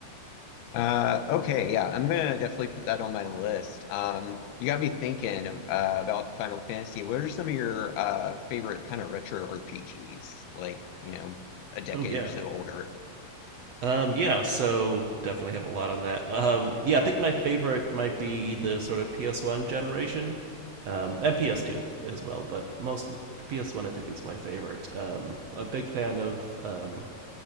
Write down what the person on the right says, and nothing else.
Oh yeah.
Um yeah, so definitely have a lot on that. Um yeah, I think my favorite might be the sort of PS1 generation. Um, and PS2 as well, but most of the PS1 I think is my favorite. Um, a big fan of um,